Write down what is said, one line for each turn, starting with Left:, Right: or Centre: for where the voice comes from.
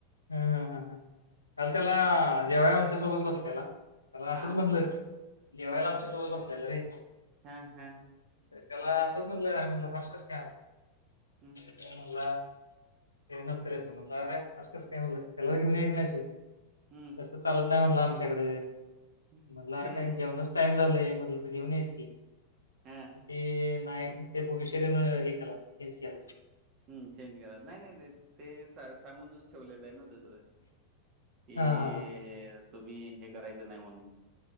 Left: हा हा हा काल त्याला
Right: हां.
Left: जेवाय आमच्यासोबत बसल्याला त्याला
Right: आ?
Left: असच म्हटलं जेवायला आमच्यासोबत बसल्याल रे
Right: हा हा
Left: त्याला असंच म्हटलं हर्ष कस काय
Right: हम्
Left: तर म्हणला ये नंतर येतो म्हणला अरे अस कस काय म्हणलं त्याला जरा घेऊन यायच नाहीस होय
Right: हम्म.
Left: तसं चालत नाही म्हणला आमच्याकड
Right: हं.
Left: म्हणलं अर काय जेवणाचं.. टाइम झालाय म्हटलं तर घेऊन यायच की
Right: हां,
Left: ते.. नाही ते विषय तेन हे केला चेन्ज केला.
Right: हम्म चेंज केला नाही नाही ते सांगूनच ठेवलेलं आहे दुसरं कि
Left: हा हा
Right: तुम्ही हे करायचं नाही म्हणून.